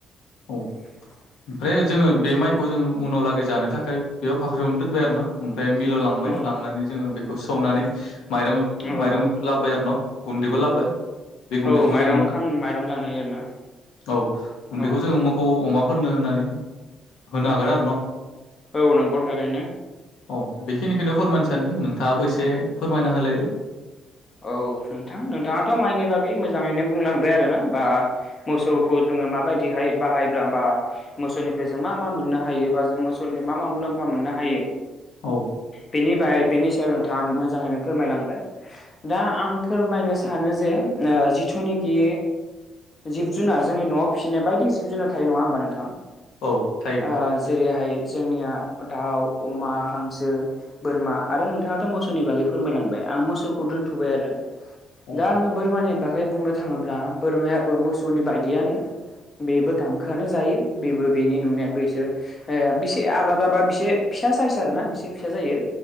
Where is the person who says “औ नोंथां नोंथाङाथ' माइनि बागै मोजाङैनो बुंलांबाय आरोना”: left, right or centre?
Left